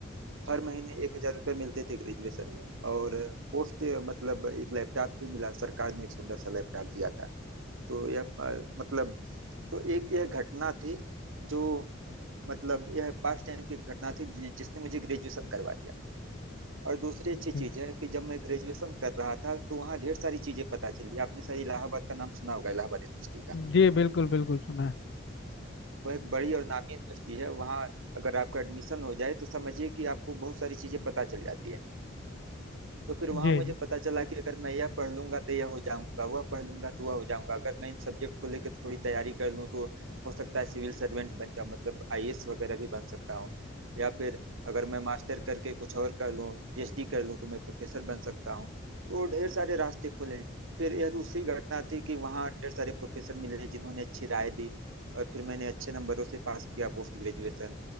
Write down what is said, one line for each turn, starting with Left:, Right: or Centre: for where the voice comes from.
Right: हर महीने एक हजार रुपये मिलते थे ग्रेजुएशन में और पोस्ट मतलब एक लैपटॉप भी मिला सरकार ने एक सुंदर सा लैपटॉप दिया था तो यह अ, मतलब तो एक यह घटना थी जो मतलब यह पास्ट टाइम की घटना थी जि- जिसने मुझे ग्रेजुएशन करवा दिया और दूसरी
Left: जी
Right: अच्छी चीज है कि जब मैं ग्रेजुएशन कर रहा था तो वहाँ ढेर सारी चीजें पता चली आपने शायद इलाहाबाद का नाम सुना होगा इलाहाबाद यूनिवर्सिटी का
Left: जी, बिल्कुल बिल्कुल सुना है
Right: वह एक बड़ी और नामी यूनिवर्सिटी है वहाँ अगर आपका एडमिशन हो जाए तो समझिए कि आपको बहुत सारी चीजें पता चल जाती है तो फिर वहां
Left: जी
Right: मुझे पता चला कि अगर मैं यह पढ़ लूंगा तो यह हो जाऊंगा वह पढ़ लूंगा तो वह हो जाऊंगा अगर मैं इन सब्जेक्ट को लेकर थोड़ी तैयारी कर लूँ तो हो सकता है सिविल सर्वेंट बन जाऊं मतलब आईएएस वगैरह भी बन सकता हूँ या फिर अगर मैं मास्टर करके कुछ और कर लूँ पीएचडी कर लूँ तो मैं प्रोफेसर बन सकता हूँ तो ढेर सारे रास्ते खुले फिर यह दूसरी घटना थी कि वहाँ ढेर सारे प्रोफेसर मिले जिन्होंने अच्छी राय दी और फिर मैंने अच्छे नंबरों से पास किया पोस्ट ग्रेजुएशन